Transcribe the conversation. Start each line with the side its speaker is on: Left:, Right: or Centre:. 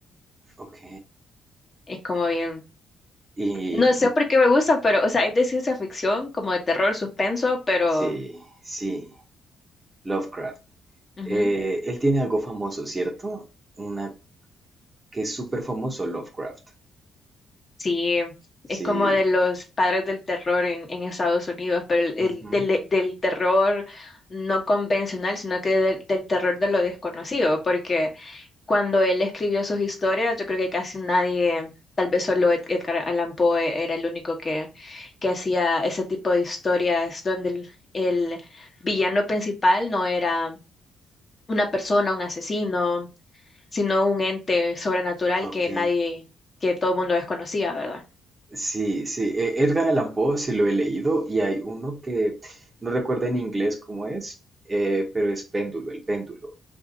Right: Ok.
Left: Es como bien.
Right: Y
Left: No
Right: mm,
Left: sé por qué me gusta, pero, o sea, es de ciencia ficción, como de terror, suspenso, pero
Right: sí, sí, Lovecraft.
Left: ujú,
Right: Eh, él tiene algo famoso, ¿cierto? Una que es súper famoso, Lovecraft.
Left: sí,
Right: Sí.
Left: es como de los padres del terror en, en Estados Unidos, pero el,
Right: ujú,
Left: el del, del terror no convencional, sino que del, del terror de lo desconocido, porque cuando él escribió sus historias, yo creo que casi nadie, tal vez solo Ed- Edgar Allan Poe era el único que, que hacía ese tipo de historias donde el el villano principal no era una persona, un asesino, sino un ente sobrenatural
Right: Ok.
Left: que nadie, que todo el mundo desconocía, ¿verdad?
Right: Sí, sí, e- Edgar Allan Poe sí lo he leído y hay uno que no recuerdo en inglés cómo es, eh, pero es Péndulo, el péndulo.